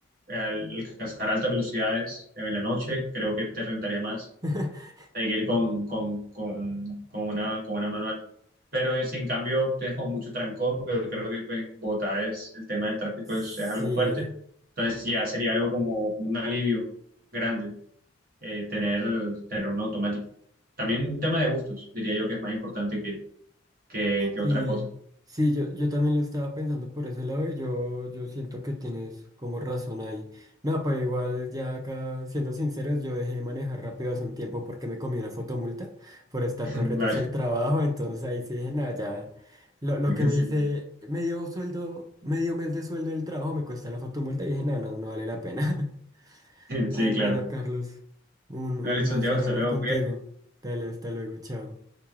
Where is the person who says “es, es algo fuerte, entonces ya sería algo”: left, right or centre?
Right